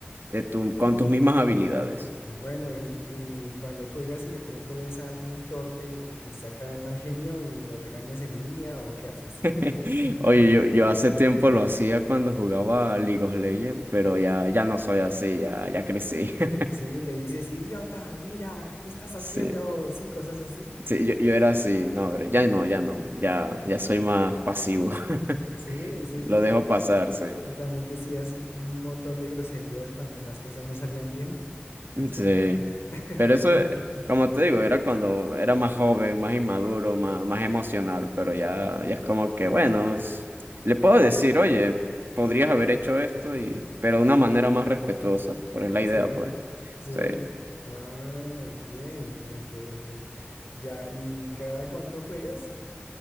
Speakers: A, on the right; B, on the left.
A: de tu, con tus mismas habilidades.
B: Bueno, y, y cuando juegas y de pronto ves a alguien torpe, ¿te saca el mal genio y lo regañas en línea o qué haces?
A: <laughs>
B: <laughs>
A: Oye, yo, yo hace tiempo lo hacía cuando jugaba a League of Legends, pero ya, ya no soy así, ya, ya crecí. <laughs>
B: Sí, le dices, idiota, mira, ¿qué estás haciendo?
A: Sí,
B: Sí, cosas así.
A: sí, yo, yo era así, no, pero ya no, ya no, ya,
B: Ya.
A: ya soy más pasivo. <laughs>
B: Sí, sí, sí.
A: Lo dejo pasar, sí.
B: Y también decías un montón de groserías cuando las cosas no salían bien.
A: Sí,
B: <laughs>
A: pero eso, eh, como te digo, era cuando era más joven, más inmaduro, más, más emocional, pero ya, ya es como que, bueno, es- le puedo decir, oye, podrías haber hecho esto, y, pero de una manera más respetuosa, por es la
B: Sí,
A: idea, pues.
B: sí.
A: Sí.
B: Ah, ok, ok, ok. Ya, ¿y cada cuánto juegas?